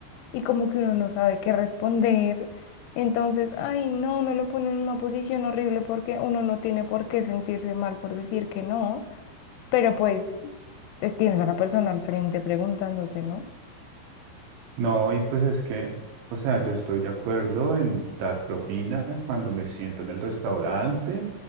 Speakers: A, on the left (about 85°); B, on the right (about 75°).
A: Y como que uno no sabe qué responder. Entonces, ay, no, uno lo pone en una posición horrible porque uno no tiene por qué sentirse mal por decir que no, pero pues eh, tienes a la persona al frente preguntándote, ¿no?
B: No, y pues es que, o sea, yo estoy de acuerdo en dar propina cuando me siento en el restaurante